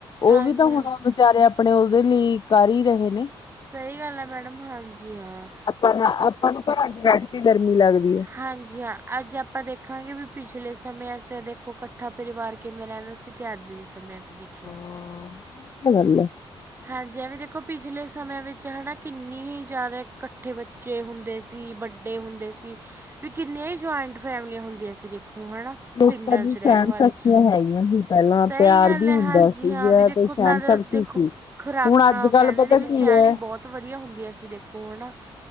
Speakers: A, on the right; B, on the left.
A: ਹਾਂਜੀ
B: ਓ ਵੀ ਤੇ
A: ਹਾਂ
B: ਹੁਣ ਵਿਚਾਰੇ ਆਪਣੇ ਓਦੇ ਲਈ ਕਰ ਈ ਰਹੇ ਨੇ।
A: ਸਈ ਗੱਲ ਐ ਮੈਡਮ ਹਾਂਜੀ ਹਾਂ।
B: ਆਪਾ ਨੂੰ ਆਪਾਂ ਨੂੰ ਕੱਰਾਂ ਚ ਬੈਠ ਕੇ ਗਰਮੀ ਲੱਗਦੀ ਐ।
A: ਹਾਂਜੀ ਹਾਂ ਅੱਜ ਆਪਾ ਦੇਖਾਂਗੇ ਵੀ ਪਿਛਲੇ ਸਮਿਆਂ ਚ ਦੇਖੋ ਕੱਠਾ ਪਰਿਵਾਰ ਕਿਵੇਂ ਰੈੰਦਾ ਸੀ। ਤੇ ਅੱਜ ਦੇ ਸਮੇਂ ਚ ਦੇਖਿਆ।
B: ਹਾਂ ਐ ਤਾਂ ਗੱਲ ਐ।
A: ਹਾਂਜੀ ਐ ਵੀ ਦੇਖੋ ਪਿਛਲੇ ਸਮੇਂ ਵਿੱਚ ਹੈਨਾ ਕਿੰਨੇ ਹੀ ਜਾਂਦਾ ਕੱਠੇ ਬ ਚੇ ਹੁੰਦੇ ਸੀ ਬੱਡੇ ਹੁੰਦੇ ਸੀ ਤੇ ਕਿੰਨਿਆਂ ਈ ਜੁਆਇੰਟ ਫੈਮਲੀਆਂ ਹੁੰਦੀਆ ਸੀ ਦੇਖੋ ਹੈਨਾ
B: ਲੋਕਾਂ
A: ਪਿੰਡਾਂ
B: ਦੀ
A: ਚ
B: ਸਹਿਣ
A: ਰੈਣ ਵਾਲੇ
B: ਸ਼ਕਤੀਆਂ ਹੈਗੀਆਂ ਸੀ ਪਹਿਲਾਂ
A: ਸਈ
B: ਪਿਆਰ
A: ਗੱਲ
B: ਵੀ
A: ਐ
B: ਹੁੰਦਾ
A: ਹਾਂਜੀ
B: ਸੀਗਾ
A: ਹਾਂ ਵੀ ਦੇਖੋ
B: ਤੇ ਸਹਿਣ
A: ਤਦ
B: ਸ਼ਕਤੀ
A: ਦੇਖੋ
B: ਸੀ।
A: ਖਰਾ
B: ਹੁਣ
A: ਖੁਰਾਕਾਂ
B: ਅੱਜ ਕੱਲ
A: ਕੈਂਦੇ
B: ਪਤਾ
A: ਨੇ ਵੀ
B: ਕੀ
A: ਸਿਆਣੇ
B: ਹੈ
A: ਬੋਹਤ ਵਧੀਆ ਹੁੰਦੀਆਂ ਸੀ ਦੇਖੋ ਹੈਨਾ